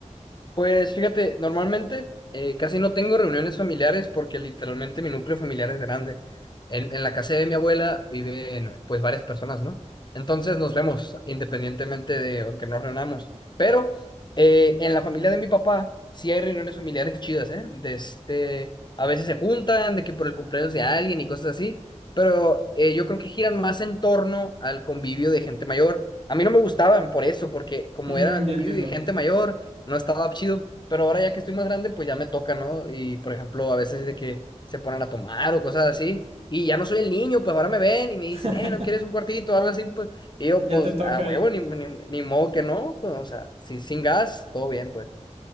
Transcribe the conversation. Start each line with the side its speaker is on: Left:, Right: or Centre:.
Left: Pues fíjate, normalmente eh, casi no tengo reuniones familiares porque literalmente mi núcleo familiar es grande. En, en la casa de mi abuela viven pues varias personas, ¿no? Entonces nos vemos independientemente de aunque nos reunamos. Pero eh, en la familia de mi papá sí hay reuniones familiares chidas, ¿eh? De este, a veces se juntan, de que por el cumpleaños de alguien y cosas así. Pero eh, yo creo que giran más en torno al convivio de gente mayor. A mí no me gustaban por eso, porque como
Right: Mm,
Left: era convivio
Right: ya entiendo.
Left: de gente mayor no estaba chido, pero ahora ya que estoy más grande, pues ya me toca, ¿no? Y por ejemplo, a veces de que se ponen a tomar o cosas así, y ya no soy el niño, pues ahora me ven y me dicen,
Right: <laughs>
Left: eh, ¿no quieres un cuartito o algo así? Pues, y yo,
Right: Ya
Left: pues,
Right: te toca.
Left: a huevo, ni, ni, ni modo que no, pues, o sea, si, sin gas, todo bien, pues.